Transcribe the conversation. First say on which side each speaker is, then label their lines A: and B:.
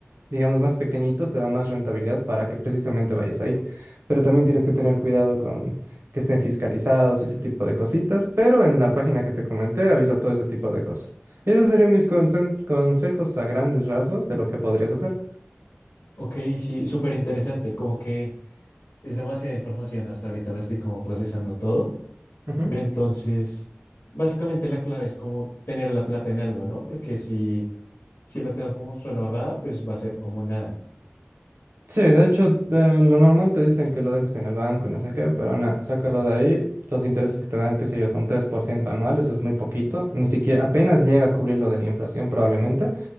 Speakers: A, on the right; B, on the left.
A: digamos, más pequeñitos te dan más rentabilidad para que precisamente vayas ahí. Pero también tienes que tener cuidado con que estén fiscalizados y ese tipo de cositas. Pero en la página que te comenté avisa todo ese tipo de cosas. Esos serían mis consen- consejos a grandes rasgos de lo que podrías hacer.
B: Ok, sí, súper interesante. Como que es demasiada información. Hasta ahorita la estoy como procesando todo.
A: Ujú.
B: Pero entonces, básicamente la clave es como tener la plata en algo, ¿no? Porque si, si la tengo como solo ahorrada, pues va a ser como nada.
A: Sí, de hecho, eh, lo normal te dicen que lo dejes en el banco y no sé qué, pero nada, sácalo de ahí. Los intereses que te dan, qué sé yo, son 3% anuales, es muy poquito. Ni siquiera, apenas llega a cubrir lo de la inflación probablemente.